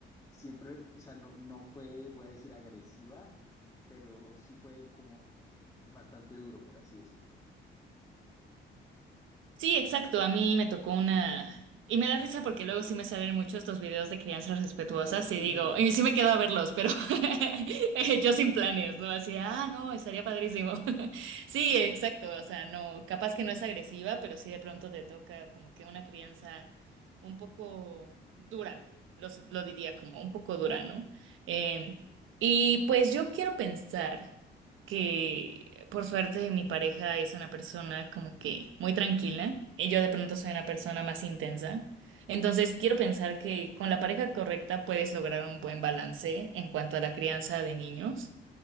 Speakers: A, on the left (about 15°); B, on the right (about 85°).
A: siempre, o sea, no, no fue, voy a decir, agresiva, pero sí fue como bastante duro, por así decirlo.
B: Sí, exacto. A mí me tocó una... Y me da risa porque luego sí me salen muchos estos videos de crianzas respetuosas
A: <laughs> Eso
B: y digo,
A: es.
B: y sí me quedo a verlos, pero <laughs> eh, yo sin planes, ¿no? Así, ah, no, estaría padrísimo. <laughs> Sí, exacto. O sea, no, capaz que no es agresiva, pero sí de pronto te toca como que una crianza un poco dura, los- lo, diría como un poco dura, ¿no? Eh, y pues yo quiero pensar que por suerte mi pareja es una persona como que muy tranquila y yo de pronto soy una persona más intensa. Entonces quiero pensar que con la pareja correcta puedes lograr un buen balance en cuanto a la crianza de niños